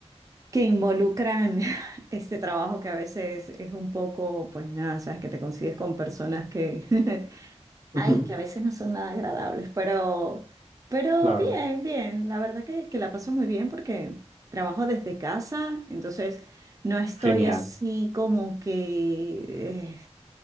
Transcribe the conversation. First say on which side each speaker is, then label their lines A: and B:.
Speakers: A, on the right; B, on the right.
A: que involucran <laughs> este trabajo que a veces es un poco, pues nada, sabes que te consigues con personas que, <laughs> ay,
B: Ujú,
A: que a veces no son nada agradables, pero, pero
B: Claro.
A: bien, bien, la verdad que, que la paso muy bien porque trabajo desde casa, entonces no estoy
B: Genial.
A: así como que,